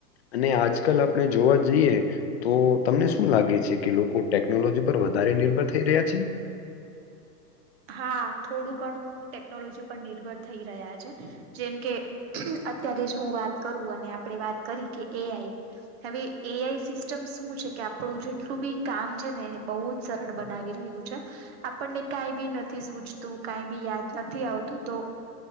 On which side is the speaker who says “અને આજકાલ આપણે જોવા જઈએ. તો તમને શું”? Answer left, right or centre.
Left